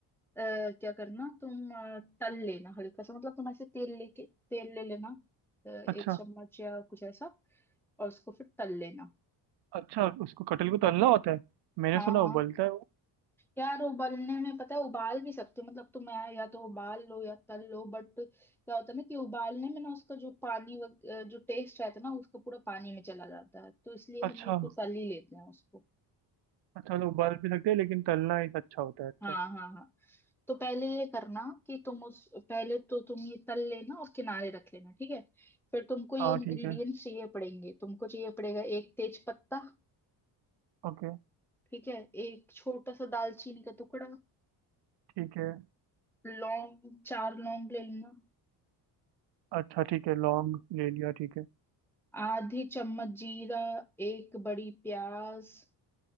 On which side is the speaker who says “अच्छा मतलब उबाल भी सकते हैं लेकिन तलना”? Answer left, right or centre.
Right